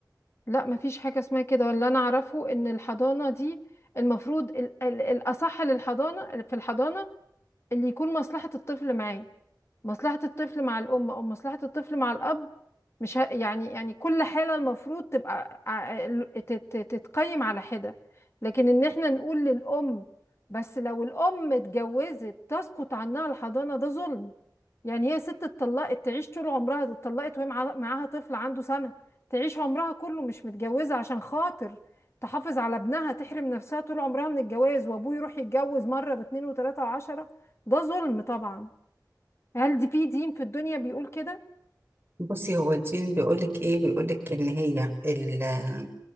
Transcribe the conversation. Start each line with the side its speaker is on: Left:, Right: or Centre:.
Left: لا مفيش حاجة اسمها كده ولا أنا أعرفه إن الحضانة دي المفروض ال- ال- الأصح للحضانة في الحضانة اللي يكون مصلحة الطفل معاه مصلحة الطفل مع الأم أو مصلحة الطفل مع الأب مش ه... يعني يعني كل حالة المفروض تبقى ع- تت- تتقيم على حدة لكن إن إحنا نقول للأم بس لو الأم اتجوزت تسقط عنها الحضانة ده ظلم يعني هي ست اتطلقت تعيش طول عمرها دي اتطلقت وهي مع- معاها طفل عنده سنة تعيش عمرها كله مش متجوزة عشان خاطر تحافظ على ابنها تحرم نفسها طول عمرها من الجواز وابوه يروح يتجوز مرة باتنين وتلاتة وعشرة ده ظلم طبعا هل دي في دين في الدنيا بيقول كده
Right: بصي هو الدين بيقولك ايه بيقولك ان هي ال- آه،